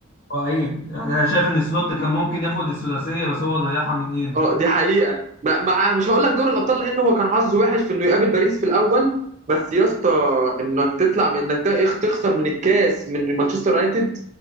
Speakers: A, on the left; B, on the right.
A: ضايعين يعني انا شايف ان سلوت كان ممكن ياخد الثلاثيه بس هو ضيعها من ايده
B: اه دي حقيقه ب- مع مش هقول لك دور الابطال لان هو كان حظه وحش في انه يقابل باريس في الاول بس يا اسطى انك تطلع من انك تخ- تخسر من الكاس من مانشستر يونايتد